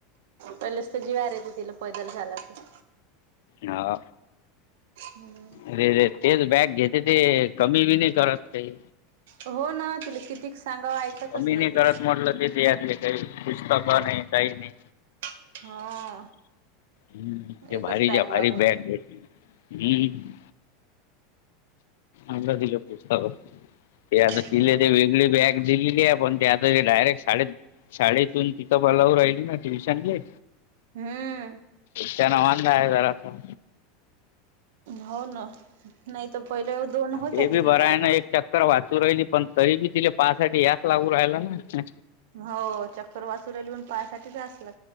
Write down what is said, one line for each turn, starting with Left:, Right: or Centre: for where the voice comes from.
Right: पलेच तर अर आहे तिला पैदल झाला ते
Left: हा.
Right: हम्म
Left: अरे रे तेच बॅग घेते ते कमी बी नाही करत काही
Right: हो ना तिला कितीक सांगाव ऐकतच
Left: कमी नाही करत
Right: ते
Left: म्हटलं ते ते यातले काही पुस्तक नाही काही नाही.
Right: हा
Left: हम्म ते
Right: एकच
Left: भारी
Right: बॅग
Left: जा भारी
Right: होत
Left: बॅग घ हम्म आला दिला पूसत ते आता
Right: हम्म
Left: किले ते वेगळे बॅग दिलेली आहे पण ते आता ते डायरेक्ट शाळेत शाळेतून तिथं बोलावू राहिली ना ट्युशनले
Right: हम्म
Left: त्या नावन नाही जरा अस
Right: हो ना नाही तर पहिले दोन होत्या
Left: ते बी
Right: तिले
Left: बरं
Right: बॅगा
Left: आहे ना एक चक्कर वाचू राहिली पण तरी बी तिले पाहासाठी याच लागू राहिला ना
Right: हो चक्कर वाचू राहिली पण पायासाठीच अस ला